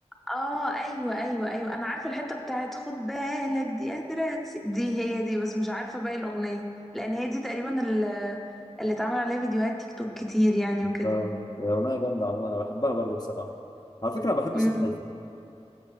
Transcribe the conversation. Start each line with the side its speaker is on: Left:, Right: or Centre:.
Centre: اه ايوه ايوه ايوه انا عارفه الحته بتاعت خد بالك دي قادره تس- دي هي دي بس مش عارفه باقي الاغنيه لان هي دي تقريبا ال- اللي اتعمل عليها فيديوهات تيك توك كتير يعني وكده
Left: اه هي اغنيه جامده عموما انا بحبها برضو بصراحه على فكره أنا بحب
Centre: امم
Left: صوت هيفا